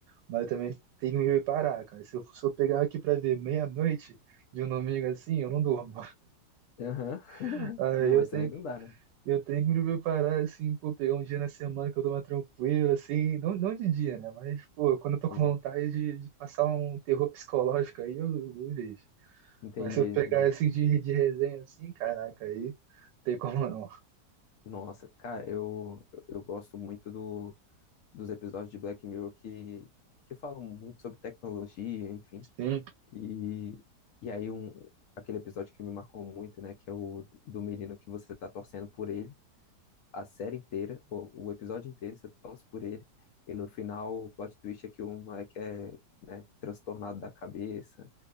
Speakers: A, on the right; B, on the left.
A: mas eu também tenho que me preparar, cara. Se eu, se eu pegar aqui pra ver meia-noite de um domingo assim, eu não durmo.
B: Aham. <laughs>
A: <laughs> Aí
B: Não,
A: eu
B: mas
A: tenho
B: também não dá, né?
A: Eu tenho que me preparar, assim, pô, pegar um dia na semana que eu tô mais tranquilo assim, não, não de dia, né? Mas, pô, quando eu tô
B: Sim,
A: com vontade de, de passar um terror psicológico aí, eu, eu deixo.
B: entendi,
A: Mas se eu
B: entendi.
A: pegar, assim, de, de resenha, assim, caraca, aí não tem como não.
B: Nossa, cara, eu, eu eu gosto muito do, dos episódios de Black Mirror que, que falam muito sobre tecnologia, enfim.
A: Sim.
B: E, e aí um, aquele episódio que me marcou muito, né, que é o do menino que você tá torcendo por ele a série inteira, o, o episódio inteiro você torce por ele, e no final o plot twist é que o moleque é, né, transtornado da cabeça,